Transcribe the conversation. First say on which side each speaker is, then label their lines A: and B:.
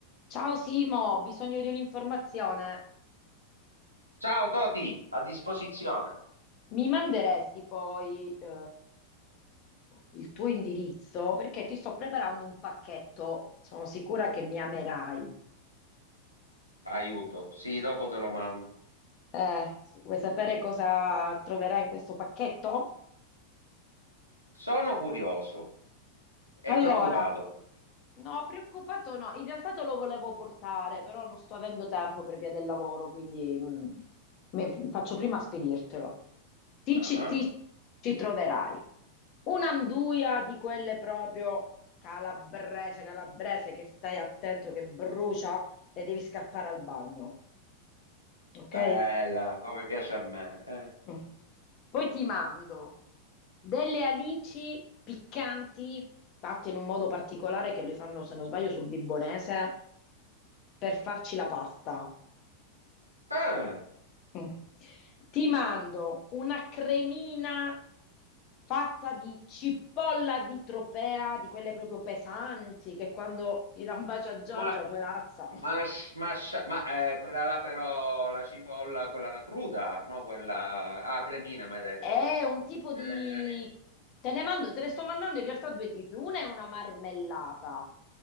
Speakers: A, on the left; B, on the left.
A: Ciao Simo, ho bisogno di un'informazione.
B: Ciao Toti, a disposizione.
A: Mi manderesti poi eh, il tuo indirizzo perché ti sto preparando un pacchetto. Sono sicura che mi amerai.
B: Aiuto, sì, dopo te lo mando.
A: Eh, vuoi sapere cosa troverai in questo pacchetto?
B: Sono curioso e
A: Allora,
B: preoccupato anche.
A: no, preoccupato no. In realtà te lo volevo portare, però non sto avendo tempo per via del lavoro, quindi mm, me- faccio prima a spedirtelo. Ti,
B: Ah,
A: ci ti ci troverai. Un'anduia di quelle proprio calabrese, calabrese, che stai attento che brucia e devi scappare al bagno, ok?
B: Bella, come piace a me. eh.
A: Mm. Poi ti mando delle alici piccanti, fatte in un modo particolare che le fanno, se non sbaglio, sul Vibonese, per farci la pasta.
B: Ah,
A: Mm. Ti mando una cremina fatta di cipolla di tropea, di quelle proprio pesanti, che quando gli dà un bacio a Giorgia,
B: ma,
A: poverazza,
B: ma, ma, ma, eh, quella là però, la cipolla, quella là cruda, no? Quella, ah, cremina, mi hai detto.
A: è un tipo
B: Eh,
A: di... Te ne mando, te ne sto mandando in realtà due tipi. Una è una marmellata,